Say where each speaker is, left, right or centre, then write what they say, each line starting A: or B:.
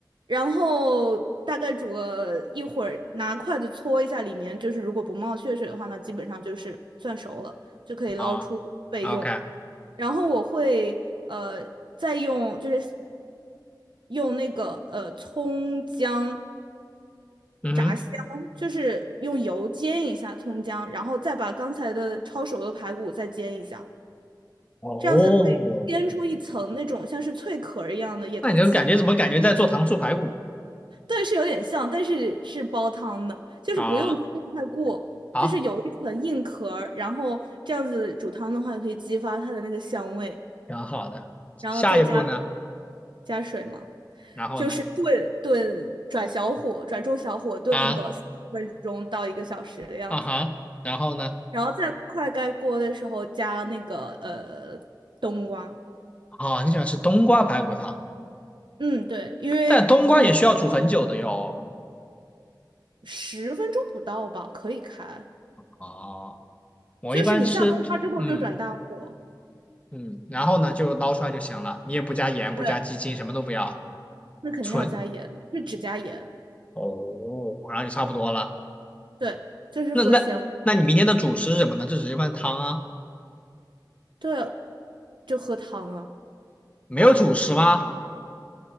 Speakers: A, on the right; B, on the left.
A: 然后大概煮个一会儿，拿筷子搓一下里面，就是如果不冒血水的话，那基本上就是算熟了，就可以捞出备用。
B: 啊，OK，
A: 然后我会呃再用就是用那个呃葱姜
B: 嗯哼，
A: 炸香，就是用油煎一下葱姜，然后再把刚才的焯熟的排骨再煎一下，
B: 哦，
A: 这样子会煎出一层那种像是脆壳儿一样的，也可以激
B: 那你这感觉怎么感觉在做糖醋排骨
A: 对，是有点像，但是是煲汤的，就是不用煎太过，
B: 啊？好，
A: 就是有一层硬壳儿，然后这样子煮汤的话，可以激发它的那个香味，
B: 挺好的。
A: 然后再加
B: 下一步呢？
A: 加水嘛，
B: 然后呢？
A: 就是炖炖，转小火，转中小火炖个四十分钟到一个小时的样子，
B: 啊，啊哈，然后呢？
A: 然后再快盖锅的时候加那个呃冬瓜，
B: 啊，你喜欢吃冬瓜排骨汤，
A: 嗯，对，因为玉米
B: 但冬瓜也需要煮很久的哟。
A: 十分钟不到吧，可以开，
B: 哦。我一般吃，
A: 就是你下冬瓜之后就转大火。
B: 嗯嗯，然后呢就捞出来就行了，你也不加盐，不加鸡精，
A: 对。
B: 什么都不要，
A: 那肯定要加盐，
B: 纯
A: 是只加盐，
B: 哦，然后就差不多了。
A: 对，就是喝咸，
B: 那那那你明天的主食是什么呢？这只是一份汤啊，
A: 对啊就喝汤啊，
B: 没有主食吗？